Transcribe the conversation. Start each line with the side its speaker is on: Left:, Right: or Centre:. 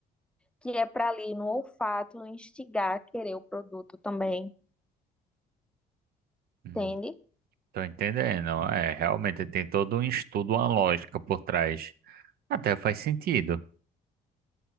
Centre: que é para ali no olfato instigar a querer o produto também,
Right: Hum,
Centre: entende?
Right: tô entendendo. É, realmente tem todo um estudo, uma lógica por trás. Até faz sentido.